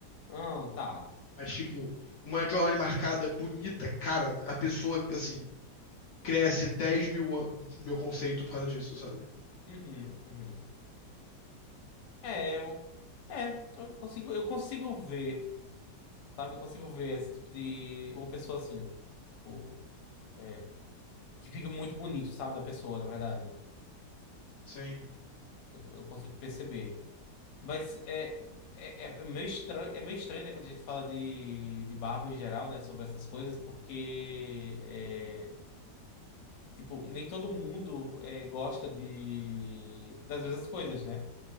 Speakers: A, on the left; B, on the left.
A: Ah, tá.
B: Mas, tipo, uma jawline marcada, bonita, cara, a pessoa, assim, cresce 10 mil anos, meu conceito, por causa disso, sabe?
A: Uhum, uhum. É, eu, é, eu consigo, eu consigo ver. Sabe? Eu consigo ver esse tipo de. Uma pessoa assim. tipo, é, que fica muito bonito, sabe? Da pessoa, na verdade.
B: Sim,
A: Eu, eu consigo perceber. Mas é. É, é meio estranho, é meio estranho, né, quando a gente fala de, de barba em geral, né, sobre essas coisas, porque, é, tipo, nem todo mundo é, gosta de, das mesmas coisas, né?